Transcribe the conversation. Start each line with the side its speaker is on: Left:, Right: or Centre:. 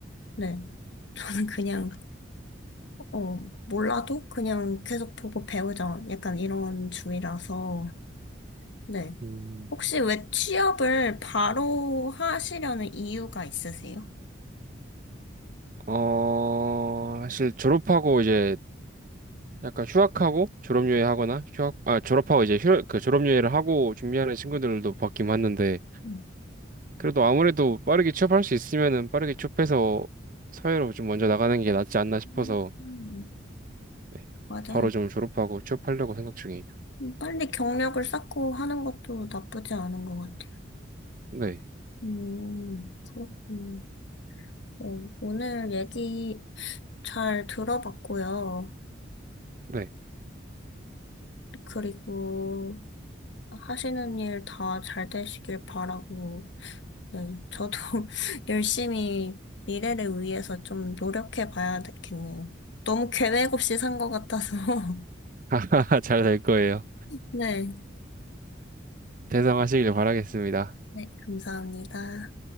Left: 네. 저는 그냥, 어, 몰라도 그냥 계속 보고 배우자. 약간 이런 주의라서, 네.
Right: 음.
Left: 혹시 왜 취업을 바로 하시려는 이유가 있으세요?
Right: 어, 사실 졸업하고 이제 약간 휴학하고 졸업여행 하거나 휴학 아 졸업하고 이제 휴, 그 졸업여행을 하고 준비하는 친구들도 봤긴 봤는데
Left: 음.
Right: 그래도 아무래도 빠르게 취업할 수 있으면은 빠르게 취업해서 사회로 좀 먼저 나가는 게 낫지 않나 싶어서
Left: 음.
Right: 네,
Left: 맞아요.
Right: 바로 좀 졸업하고 취업하려고 생각 중이에요.
Left: 빨리 경력을 쌓고 하는 것도 나쁘지 않은 것 같아.
Right: 네,
Left: 음, 그렇군요. 어, 오늘 얘기 잘 들어봤고요.
Right: 네,
Left: 그리고 하시는 일 다 잘 되시길 바라고, 네, 저도 <laughs> 열심히 미래를 위해서 좀 노력해 봐야 되겠네요. 너무 계획 없이 산 것 같아서. <laughs>
Right: <laughs> 잘 될 거예요.
Left: 네,
Right: 대성하시길 바라겠습니다.
Left: 네, 감사합니다.